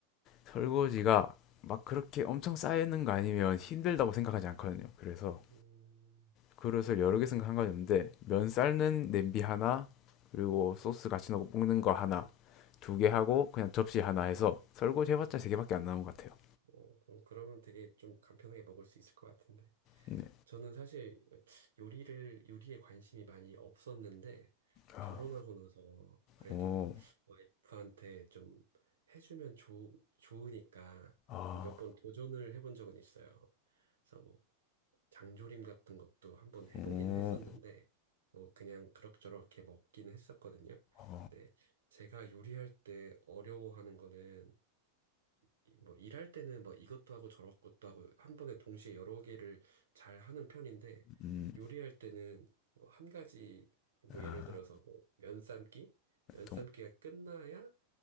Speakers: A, on the left; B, on the right.
A: 설거지가 막 그렇게 엄청 쌓이는 거 아니면 힘들다고 생각하지 않거든요. 그래서
B: 음,
A: 그릇을 여러 개 생각한 건 없는데 면 삶는 냄비 하나 그리고 소스 같이 넣고 볶는 거 하나 두 개 하고 그냥 접시 하나 해서 설거지 해봤자 세 개밖에 안 나온 것 같아요.
B: 어, 그럼 그러면 되게 좀 간편하게 먹을 수 있을 것 같은데.
A: 네.
B: 저는 사실 요리를, 요리에 관심이 많이 없었는데,
A: 아,
B: 결혼하고 나서 그래도
A: 오,
B: 와이프한테 좀 해주면 좋, 좋으니까
A: 아,
B: 몇 번 도전을 해본 적은 있어요. 그래서 뭐, 장조림 같은 것도 한번 해보긴
A: 오,
B: 했었는데, 뭐, 그냥 그럭저럭 이렇게 먹긴 했었거든요.
A: 어,
B: 근데 제가 요리할 때 어려워하는 거는 이- 뭐 일할 때는 뭐 이것도 하고 저것도 하고 한 번에 동시에 여러 개를 잘 하는 편인데
A: 음,
B: 요리할 때는 뭐 한 가지 뭐
A: 아,
B: 예를 들어서 뭐 면삶기 면삶기가
A: 동,
B: 끝나야